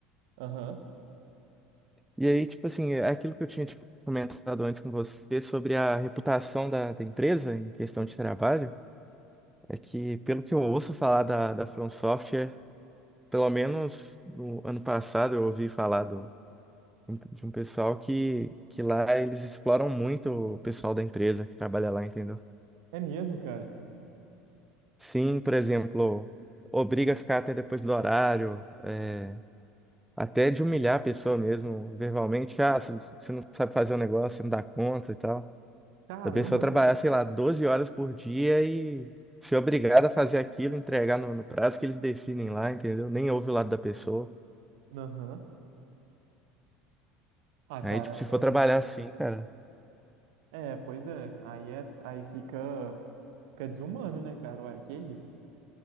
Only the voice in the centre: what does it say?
E aí, tipo assim, é aquilo que eu tinha tipo, comentado antes com você sobre a reputação da, da empresa em questão de trabalho. É que, pelo que eu ouço falar da, da From Software, pelo menos no ano passado eu ouvi falar um- de um pessoal que, que lá eles exploram muito o pessoal da empresa que trabalha lá, entendeu?
Sim, por exemplo, obriga a ficar até depois do horário, é, até de humilhar a pessoa mesmo, verbalmente. Ah, você você não sabe fazer o negócio, você não dá conta e tal.
Da pessoa trabalhar,
sei lá, 12 horas por dia e ser obrigada a fazer aquilo, entregar no, no prazo que eles definem lá, entendeu? Nem ouve o lado da pessoa.
Aí,
tipo, se for
trabalhar assim, cara,